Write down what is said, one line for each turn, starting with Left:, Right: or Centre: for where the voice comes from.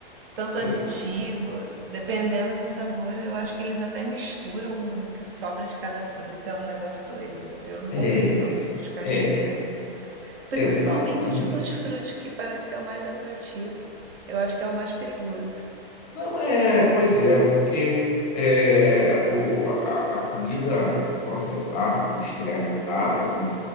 Right: tanto
Left: Exato.
Right: aditivo. Dependendo do sabor, eu acho que eles até misturam o que sobra de cada fruta. É um negócio doido. Eu não
Left: É,
Right: confio, não. Suco de caixinha.
Left: é,
Right: Principalmente
Left: exatamente.
Right: o de tutti-frutti, que parece ser o mais atrativo. Eu acho que é o mais perigoso.
Left: Não é, pois é, porque é, o, a, a comida processada, industrializada, né?